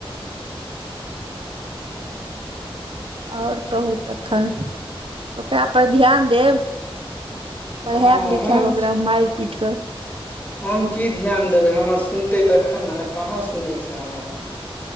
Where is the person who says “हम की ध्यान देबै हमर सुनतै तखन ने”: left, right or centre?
Left